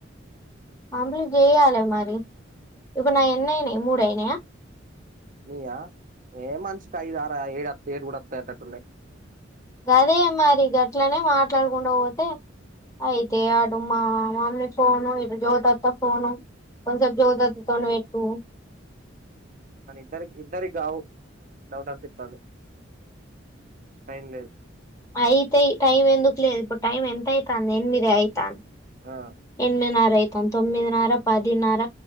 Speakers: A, on the left (about 15°); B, on the right (about 45°).
A: కంప్లీట్ చెయ్యాలి మరి, ఇప్పుడు నా ఎన్నయినాయి మూడయినాయా.
B: నియా, ఏ మనషకి ఐదుర, ఆరు ఏడుస్త ఏడుగుడస్త అటట్టున్నాయి.
A: గదే మరి గట్లనే మాట్లాడకుండా పోతే. అయితే అటు మా మమ్మీ ఫోను ఇడు జ్యోతత్త ఫోను. కొద్దిసేపు జ్యోతి అత్త తోటి పెట్టు.
B: కానీ ఇద్దరి ఇద్దరి కావు డౌట్ అనిపితాది. టైం లేదు.
A: అయితేయి టైమ్ ఎందుకు లేదు ఇప్పుడు టైమ్ ఎంత అయితా అంది ఎనమిదే అయితాంది.
B: ఆ
A: ఏనామిది నర. తొమ్మిది నర పదినర